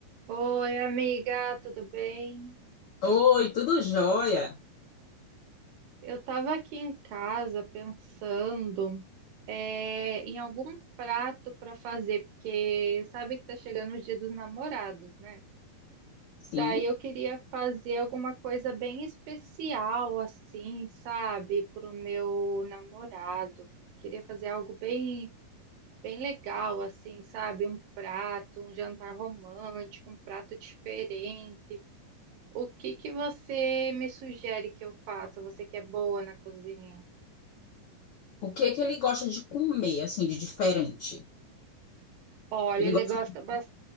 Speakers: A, on the right (about 70°); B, on the left (about 75°).
A: Oi, amiga, tudo bem?
B: Oi, tudo jóia?
A: Eu estava aqui em casa pensando é, em algum prato para fazer, porque sabe que tá chegando o Dia dos Namorados, né?
B: Sim.
A: Daí eu queria fazer alguma coisa bem especial, assim, sabe, para o meu namorado. Queria fazer algo bem, bem legal, assim, sabe? Um prato, um jantar romântico, um prato diferente. O que que você me sugere que eu faça? Você que é boa na cozinha.
B: O que é que ele gosta de comer, assim, de diferente?
A: Olha,
B: Ele
A: ele
B: gosta
A: gosta,
B: de...
A: bas-